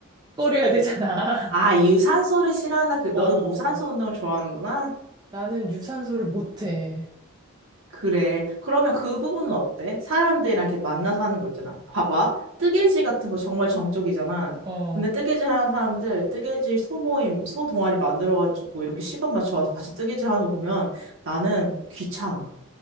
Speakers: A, on the right; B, on the right.
A: 꺼려야 되잖아.
B: 아, 유산소를 싫어한다.
A: <laughs>
B: 그, 너는
A: 어,
B: 무산소 운동을 좋아하는구나.
A: 나는 유산소를 못해.
B: 그래. 그러면 그 부분은 어때? 사람들이랑 이렇게 만나서 하는 거 있잖아. 봐봐. 뜨개질 같은 거 정말 정적이잖아.
A: 어,
B: 근데 뜨개질 하는 사람들, 뜨개질 소모임, 소동아리 만들어가지고 이렇게 시간 맞춰와서 같이 뜨개질 하는 거 보면 나는 귀찮아.